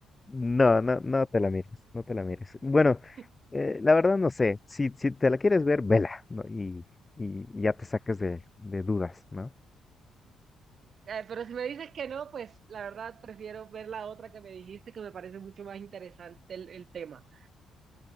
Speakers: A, on the left; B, on the right.
A: No, no, no te la mires, no te la mires. Bueno,
B: <laughs>
A: eh, la verdad no sé, si, si te la quieres ver, vela, ¿no? Y, y ya te saques de, de dudas, ¿no?
B: Eh, pero si me dices que no, pues la verdad prefiero ver la otra que me dijiste, que me parece mucho más interesante el, el tema.